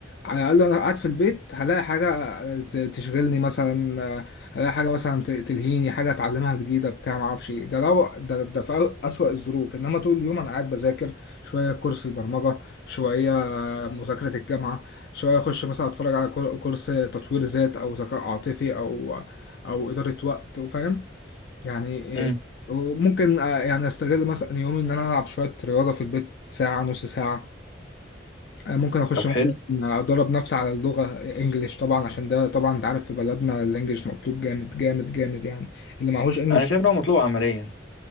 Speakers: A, on the left; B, on the left.
A: على الاقل انا قاعد في البيت هلاقي حاجه ت- تشغلني مثلا هلاقي حاجه مثلا ت- تلهيني حاجه اتعلمها جديده بتاع ما اعرفش ايه ده لو ده, ده في اسوأ الظروف انما طول اليوم انا قاعد بذاكر شويه كورس البرمجه شويه مذاكرة الجامعة شوية أخش مثلا أتفرج على كور- كورس تطوير ذات أو ذكاء عاطفي أو أو إدارة وقت وفاهم يعني إيه،
B: امم
A: وممكن آه، يعني أستغل مثلا يومي إن أنا ألعب شوية رياضة في البيت ساعة نص ساعة آه، ممكن أخش
B: طب
A: مثلا
B: حلو
A: أدرب نفسي على اللغة إنجليش طبعا عشان ده طبعا أنت عارف في بلدنا الإنجليش مطلوب جامد جامد جامد يعني اللي معهوش إنجليش
B: انا شايف ان هو مطلوب عمليا